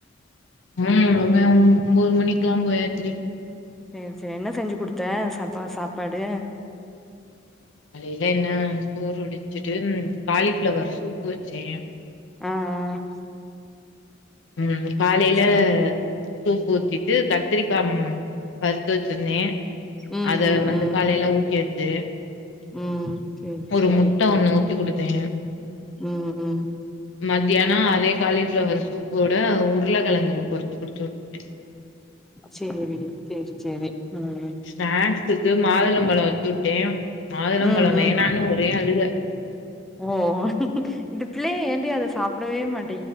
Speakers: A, on the left (about 75°); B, in the centre.
A: ம் அவ ஒம்போது மணிக்கலா போயாச்சு
B: சேரி சேரி என்ன செஞ்சு குடுத்த சப்பா சாப்பாடு
A: அதுஇது என்ன சோறு வடிச்சுட்டு காலிஃப்ளவர் சூப்பு வச்சே
B: அ அ
A: ம் காலேல
B: சேரி
A: சூப்பு ஊத்திட்டு கத்திரிக்கா வருத்து வச்சிருந்தே
B: ம்
A: அத
B: ம்
A: வந்து
B: ம்
A: காலைல ஊத்தியாச்சு
B: ம் சேரி
A: ஒரு
B: சேரி
A: முட்ட ஒண்ணு ஊத்தி குடுத்தே
B: ம் ம்
A: மத்தியானோ அதே காலிஃளவர் சூப்போட உருளக்கெழங்கு வறுத்து குடுத்து உட்டுருக்கே
B: சேரி விடு சேரி சேரி ம்
A: ஸ்நாக்ஸுக்கு மாதுளம்பழ வச்சு உட்டே மாதுளம்பழம்
B: ம் ம்
A: வேணான்னு ஒரே அழுக
B: ஓ இது புள்ளய ஏண்டி அத சாப்டவே மாட்